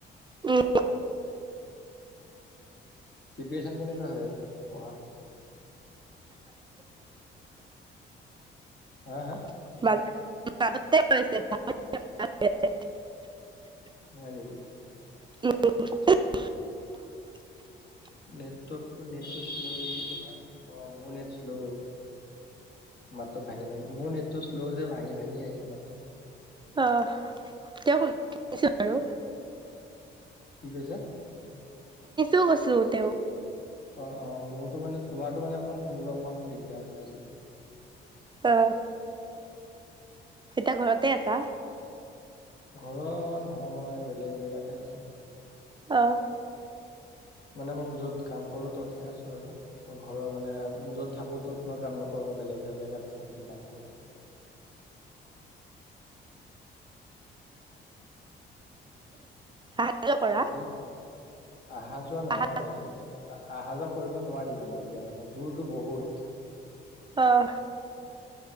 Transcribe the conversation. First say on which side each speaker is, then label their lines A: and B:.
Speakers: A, on the right; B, on the left.
A: উম,
B: প্ৰিপৰেচন কেনেকুৱা হৈ আছে পঢ়া? হা? হা?
A: <unintelligible>
B: হয় নেকি?
A: উম।
B: নেটৱকটো নেটটো শ্ল' নে তোমাৰ? অ মোৰ শ্ল'। মাতটো ভাঙি-ভাঙি, মোৰ নেটটো শ্ল' যে ভাঙি ভাঙি আহিছে মাতটো।
A: আহ তেওঁ শুনিছো বাৰু।
B: কি কৈছা?
A: শুনিছোও কৈছো তেও।
B: অ-অ, মোৰটো মানে তোমাৰটো মানে অকণ শুনিব অকণ মোৰ দিগদাৰ হৈ গৈছিলে।
A: অ, এতিয়া ঘৰতে আছা?
B: ঘৰত নহয়, মই বেলেগ জেগাতহে আছো।
A: অ।
B: মানে মই য'ত কাম কৰো ত'তহে আছো আৰু। মই ঘৰৰ মানে য'ত থাকো তত মই কাম নকৰো মই বেলেগ এটা জেগাত থাকি কাম কৰো।
A: অহা যোৱা কৰা
B: বাকী অহা যোৱা নহয়
A: আহা
B: তা অহা যোৱা কৰিব নোৱাৰি মানে এতিয়া মানে দূৰটো বহুত
A: অহ